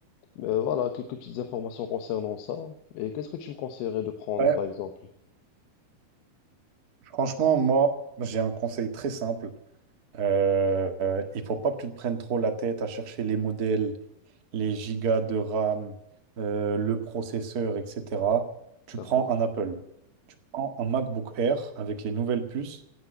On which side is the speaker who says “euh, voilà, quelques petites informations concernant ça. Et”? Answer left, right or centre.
Left